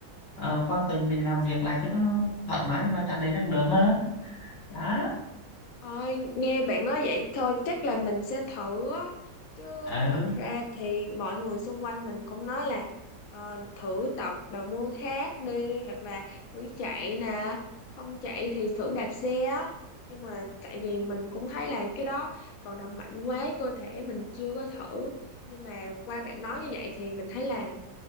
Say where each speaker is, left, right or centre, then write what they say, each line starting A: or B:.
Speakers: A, on the left; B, on the left.
A: ờ, qua tuần mình làm việc lại cho nó thoải mái và tràn đầy năng lượng hơn đó
B: Thôi, nghe bạn nói vậy thôi chắc là mình sẽ thử á. Chứ
A: ừ.
B: thật ra thì mọi người xung quanh mình cũng nói là ờ, thử tập bài môn khác đi hoặc là thử chạy nè, không chạy thì thử đạp xe á. Nhưng mà tại vì mình cũng thấy là cái đó vận động mạnh quá cơ thể mình chưa có thử. Nhưng mà qua bạn nói như vậy thì mình thấy là